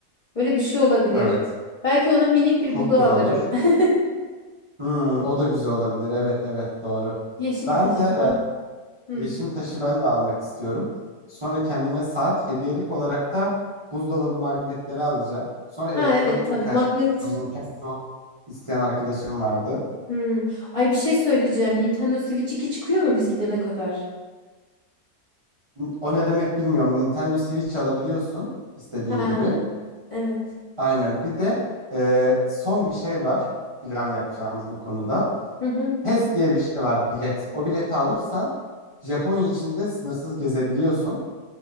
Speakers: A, on the left; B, on the right.
A: Böyle bir şey olabilir.
B: Evet.
A: Belki ona minik bir
B: Çok
A: buda
B: güzel
A: alırım.
B: olur.
A: <laughs>
B: Hmm, o da güzel olabilir. Evet evet doğru.
A: Yeşim
B: Ben
A: taşından.
B: de e,
A: Hı.
B: Yeşim taşı ben de almak istiyorum. Sonra kendime saat hediyelik olarak da buzdolabı magnetleri alacağım. Sonra elektronik
A: Ha evet tabii.
B: birkaç
A: Magnet
B: Nintendo
A: Fix.
B: isteyen arkadaşım vardı.
A: Hmm. Ay bir şey söyleyeceğim. Nintendo Switch 2 çıkıyor mu biz gidene kadar?
B: N- O ne demek bilmiyorum. Nintendo Switch alabiliyorsun istediğin
A: Ha
B: gibi.
A: evet.
B: Aynen. Bir de e, son bir şey var plan yapacağımız bu konuda.
A: Hı hı.
B: PES diye bir şey var bilet. O bileti alırsan Japonya içinde sınırsız gezebiliyorsun.